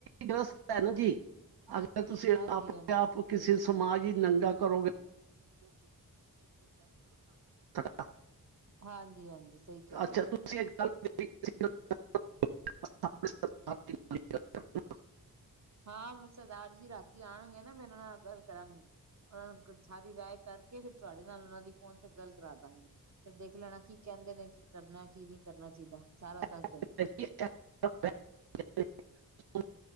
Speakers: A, on the right; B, on the right.
A: ਡਰਸ ਹੈ ਨਾ ਜੀ ਅ ਤੁਸੀਂ
B: ਹਾਂਜੀ
A: ਆਪਣੇ
B: ਹਾਂਜੀ
A: ਆਪ
B: ਸਹੀ
A: ਕਿਸੇ ਸਮਾਜਿਕ ਕਰੋ <inaudible>
B: ਹਾਂਜੀ ਹਾਂਜੀ ਸਹੀ ਕਹਿ
A: ਅੱਛਾ
B: ਰਹੇ ਹੋ
A: <inaudible>
B: ਹਾਂ ਮੈਂ ਸਰਦਾਰ ਜੀ ਰਾਤੀ ਆਉਣਗੇ ਨਾ ਮੈਂ ਓਹਨਾ ਨਾਲ ਗੱਲ ਕਰਾਂਗੀ ਉਹਨਾਂ ਨੂੰ ਸਾਰੀ ਰਾਏ ਕਰ ਫਿਰ ਤੁਹਾਡੇ ਨਾਲ ਉਹਨਾਂ ਦੀ ਫੋਨ ਤੇ ਗੱਲ ਕਰਾ ਦਾਂਗੀ ਫਿਰ ਦੇਖ ਲੈਣਾ ਕੀ ਕਹਿੰਦੇ ਨੇ ਕੀ ਕਰਨਾ ਕੀ ਨਹੀਂ ਕਰਨਾ ਚਾਹੀਦਾ ਸਾਰਾ
A: <inaudible>
B: ਦੱਸ ਦੇਣ